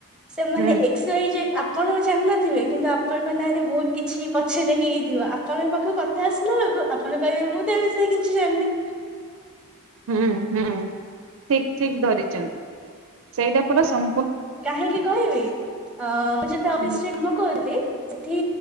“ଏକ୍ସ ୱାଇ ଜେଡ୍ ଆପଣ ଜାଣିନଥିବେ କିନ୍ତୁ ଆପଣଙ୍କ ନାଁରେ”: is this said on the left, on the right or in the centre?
Centre